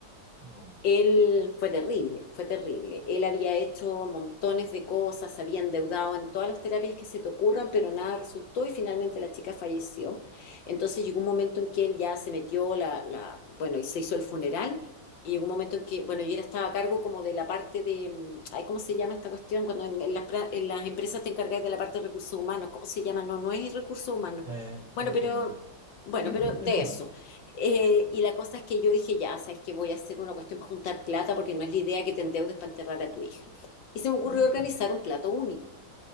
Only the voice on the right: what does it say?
no.
Eh,
oh, em,
sí,
te entiendo.
Claro.